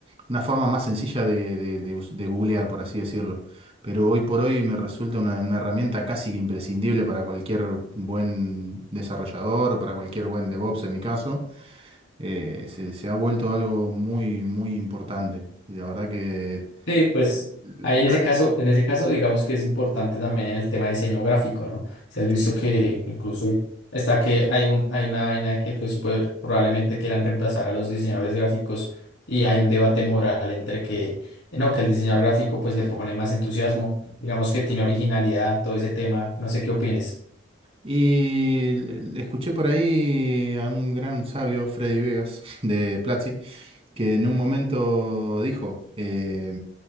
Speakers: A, on the right (about 30°); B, on the left (about 65°).
A: una forma más sencilla de, de, de us- de googlear, por así decirlo. Pero hoy por hoy me resulta una, una herramienta casi que imprescindible para cualquier buen desarrollador o para cualquier buen DevOps en mi caso. Eh, se, se ha vuelto algo muy, muy importante. Y la verdad que...
B: Sí, pues
A: eh, eh,
B: ahí en
A: ca-
B: ese caso, en ese caso, digamos que es importante también el tema de diseño gráfico, ¿no? Si has visto
A: Sí.
B: que incluso está que hay un, hay una vaina de que pues puede- probablemente quieran reemplazar a los diseñadores gráficos y hay un debate moral entre que, no, que el diseñador gráfico pues le pone más entusiasmo, digamos que tiene originalidad, todo ese tema, no sé qué opines.
A: Y le- le escuché por ahí a un gran sabio, Freddy Vegas, <laughs> de Platzi, que en un momento dijo, eh,